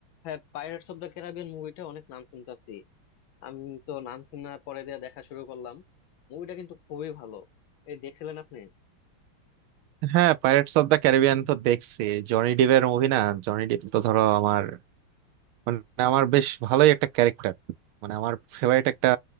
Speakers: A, on the left (about 75°); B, on the right (about 80°).
A: হ্যাঁ pirates of the Caribbean মুভিটা অনেক নাম শুনতাছি আমি তো নাম শোনার পরে দিয়ে দেখা শুরু করলাম মুভিটা কিন্তু খুবই ভালো এই দেখছিলেন আপনি
B: হ্যাঁ পাইরেটস অফ দ্য ক্যারিবিয়ান তো দেখছি জনি ডিভের মুভি না জনি ডিভ তো ধরো আমার মানে আমার বেশ ভালোই একটা ক্যারেক্টার মানে আমার ফেভারিট একটা